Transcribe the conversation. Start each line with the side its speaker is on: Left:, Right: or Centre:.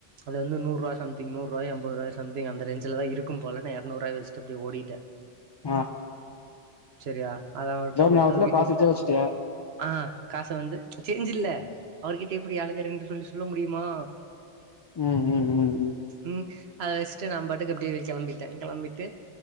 Right: அது வந்து நூறுவா சந்திங் நூறுவாயா எம்பதுரூவாயா சம்திங் அந்த ரேஞ்ல தா இருக்கு போல நா எரநூறுவாய வச்சுட்டு ஓடிட்ட
Left: ஆ
Right: சரியா அத அவர்ட்டா குடுத்து
Left: ஞாபகத்துல
Right: அத வீட்டுக்கு
Left: காசு வச்சா வச்சுட்டியா
Right: ஆ காசை வந்து சேஞ் இல்ல அவர்கிட்ட எப்டி எ ஆளுக்கு ரெண்டு சொல்லி சொல்ல முடியுமா
Left: ம் ம் ம் ம்
Right: ம் அத வச்சுட்டு நா பாட்டுக்கு அப்டியே கெளம்பிட்ட கெளம்பிட்டு